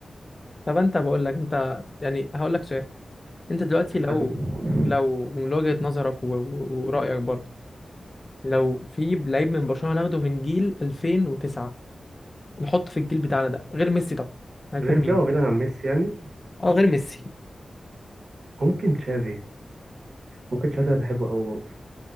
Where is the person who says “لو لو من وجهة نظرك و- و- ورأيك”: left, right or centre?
Left